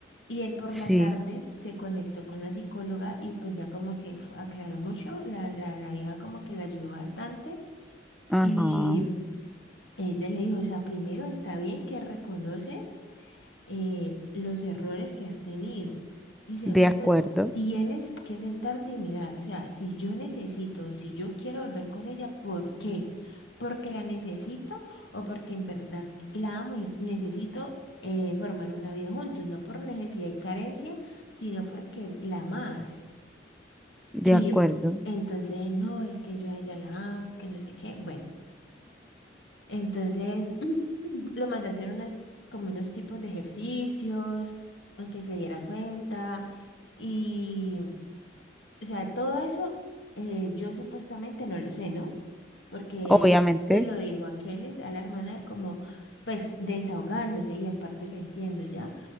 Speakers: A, on the left; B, in the centre.
A: Y él por
B: sí,
A: la tarde se conectó con la psicóloga y pues ya como que fu- aclaró mucho, la, la, la vieja como que la ayudó bastante
B: ajá,
A: y ella le dijo, o sea, primero está bien que reconoces eh, los errores que has tenido. Y segundo,
B: de acuerdo,
A: tienes que sentarte y mirar. O sea, si yo necesito, si yo quiero volver con ella, ¿por qué? ¿Porque la necesito o porque en verdad la amo y necesito eh, formar una vida juntos? No por necesidad y carencia, sino porque la amas.
B: de
A: Y
B: acuerdo,
A: entonces, no, es que yo a ella la amo, que no sé qué. Bueno. Entonces, <clears throat> lo mandé a hacer unas, como unos tipos de ejercicios, a que se diera cuenta. Y, o sea, todo eso eh, yo supuestamente no lo sé, ¿no? Porque
B: obviamente,
A: él se lo dijo a Keles, a la hermana, como pues desahogándose y en parte lo entiendo ya.